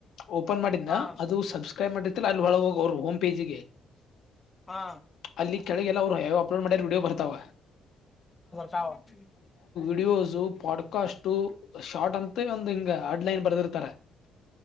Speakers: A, on the left; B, on the left.
A: ಓಪನ್ ಮಾಡಿಂದ
B: ಹಾ
A: ಅದು ಸಬ್ಸ <unintelligible> ಕೈ ಮಾಡಿರ್ತಿಲ್ಲ ಅಲ್ಲಿ ಒಳಗ ಹೋಗ ಅವ್ರರು ಹೋಮ್ ಪೇಜಿಗೆ? <unintelligible>
B: ಹಾ
A: ಅಲ್ಲಿ ಕೆಳಗೆಲ್ಲ ಅವರು ಯಾವ ಯಾವ ಅಪ್ಲೋಡ್ ಮಾಡಿರ ವಿಡಿಯೋ ಬರ್ತಾವ. <unintelligible>
B: ತಾವ <unintelligible>
A: ವೀವ್ಸ್ ಪಾಡ್ಕಾಸ್ಟು ಶಾರ್ಟ್ ಅಂತ ಒಂದ್ ಹಿಂಗ ಅಡ್ ಲೈನ್ ಬರೆದಿರ್ತಾರ. <unintelligible>